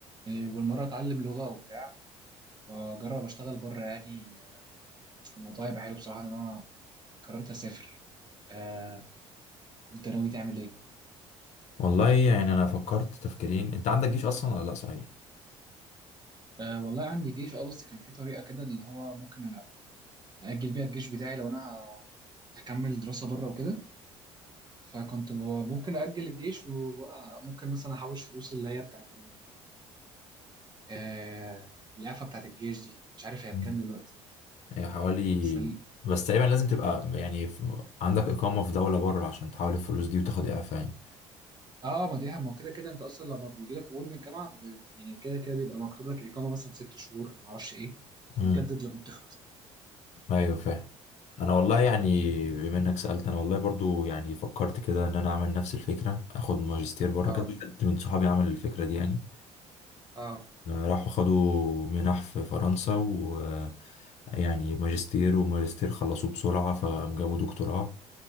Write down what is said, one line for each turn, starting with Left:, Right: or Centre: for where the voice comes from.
Right: إيه، والمره اتعلم لغه وبتاع واجرب اشتغل بره يعني الموضوع هيبقى حلو بصراحه ان انا قررت اسافر آه، انت ناوي تعمل ايه
Left: والله يعني انا فكرت تفكيرين انت عندك جيش اصلا ولا لا صحيح
Right: آه، والله عندي جيش اه بس كان في طريقه كده اللي هو ممكن اجل بيها الجيش بتاعي لو انا هكمل دراسه بره وكده فكنت ب- ممكن اجل الجيش وممكن مثلا احوش فلوس اللي هي بتاعت آه القفه بتاعت الجيش دي مش عارف هي
Left: مم.
Right: بكام دلوقتي
Left: هي حوالي
Right: بس ال...
Left: بس تقريبا لازم تبقى يعني في... عندك اقامه في دوله بره عشان تحول الفلوس دي وتاخد اعفاء يعني
Right: اه ما دي ما هو كده كده انت اصلا لما بيجي لك قبول من الجامعه ب... يعني كده كده بيبقى مكتوب لك اقامه مثلا ست شهور ما اعرفش ايه بتتجدد
Left: امم
Right: لما بتخلص
Left: ايوه فاهم انا والله يعني بما انك سالت انا والله برضو يعني فكرت كده ان انا اعمل نفس الفكره اخد ماجستير بره
Right: اه
Left: كده حد من صحابي عمل الفكره دي يعني
Right: اه
Left: راحوا خدوا منح في فرنسا و يعني ماجستير وماجستير خلصوه بسرعه فجابوا دكتوراه